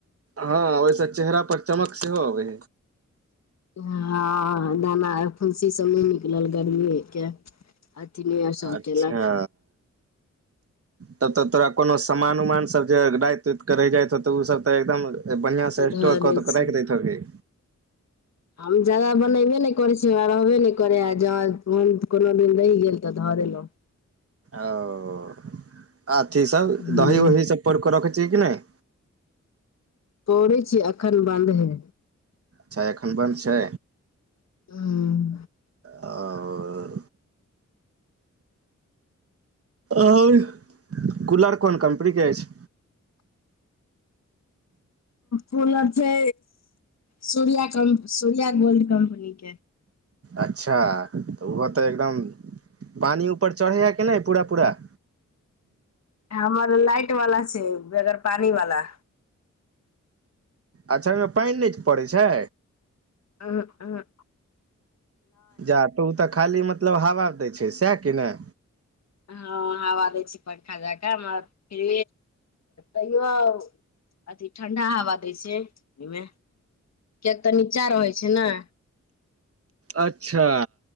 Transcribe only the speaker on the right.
हँ ओहिस चेहरा पर चमक सेहो अबे
अच्छा
तब त तोरा कोनो सामान उमान सब जे राति उत के रहि जाय हेतो ओ सब त एकदम बढ़ियां से
स्टोर
क
के त
राइख दैत हेबही
ओ आथी सब
दही वहि सब पोरकेरख छै कि नहि
च्छा एखन बन्द छै
आओर आ कूलर कोन कम्पनी के अछि
अच्छा त ओहो त एकदम पानी ऊपर चढ़ैया के ने पूरा पूरा
अच्छा ओमे पानि नहि पड़ैत छै
जा तऽ ओ तऽ खाली मतलब हवा दै छै सएह कि ने
अच्छा